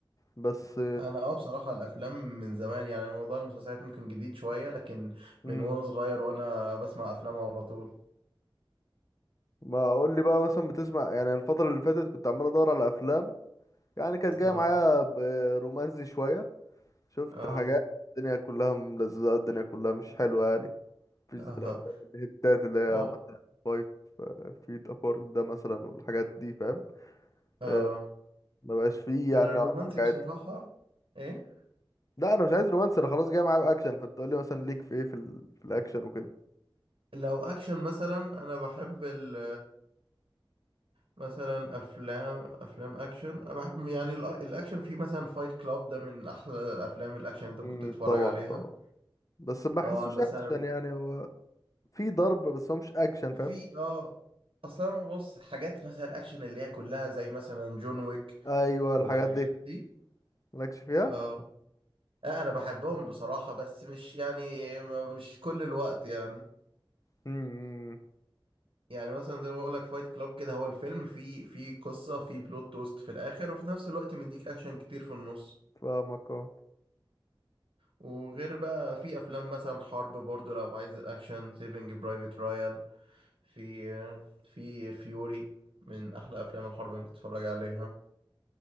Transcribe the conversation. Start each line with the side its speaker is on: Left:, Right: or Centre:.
Left: بس
Right: انا اه بصراحة الافلام من زمان يعني موضوع المسلسلات ممكن جديد شوية لكن
Left: امم
Right: من وانا صغير وانا بسمع افلام على طول
Left: ما اقول لي بقى مثلا بتسمع يعني الفترة اللي فاتت كنت عمال ادور على افلام يعني كانت جاية
Right: اه
Left: معايا برومانسي شوية شفت
Right: اه
Left: حاجات الدنيا كلها ملزقة الدنيا كلها مش حلوة يعني مفيش
Right: اه
Left: زي الافلام
Right: آه،
Left: الهتات اللي هي
Right: هو
Left: مثلا فايف فيت ابارت ده مثلا والحاجات دي فاهم
Right: اه
Left: آه، ما بقاش فيه
Right: انا
Left: يعني
Right: الرومانسي
Left: نوع من حاجات
Right: بصراحة ايه
Left: لا انا مش عايز رومانسي انا خلاص جاي معايا باكشن فانت تقول لي مثلا ليك في ايه في, ال... في الاكشن وكده
Right: لو اكشن مثلا انا بحب ال مثلا افلام افلام اكشن أنا بحب يعني الأ- الاكشن في مثلا فايت كلاب ده من احلى الافلام الاكشن اللي انت
Left: امم
Right: ممكن تتفرج
Left: طبعا
Right: عليها
Left: طبعا بس ما بحسوش
Right: اه مثلا
Left: اكشن يعني هو في ضرب بس هو مش اكشن فاهم
Right: في اه اصلا بص حاجات مثلا الاكشن اللي هي كلها زي مثلا جون ويك
Left: ايوه
Right: والحاجات
Left: الحاجات دي
Right: دي
Left: مالكش فيها
Right: اه آه، انا بحبهم بصراحة بس مش يعني م- مش كل الوقت يعني
Left: امم
Right: يعني مثلا زي ما بقول لك فايت كلاب كده هو الفيلم فيه فيه قصة فيه بلوت توست في الاخر وفي نفس الوقت مديك اكشن كتير في النص
Left: فاهمك اه
Right: وغير بقى في افلام مثلا حرب برضو لو عايز الاكشن سيفنج برايفت رايان في في فيوري من احلى افلام الحرب اللي ممكن تتفرج عليها